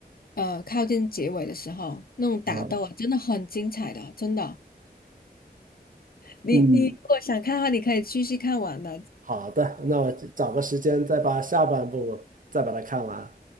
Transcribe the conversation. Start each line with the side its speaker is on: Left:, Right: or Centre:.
Left: 呃靠近结尾的时候，那种打斗啊，
Right: 啊，
Left: 真的很精彩的，真的。你你如果想看的话，
Right: 嗯，
Left: 你可以继续看完的。
Right: 好的，那我找个时间再把下半部再把它看完。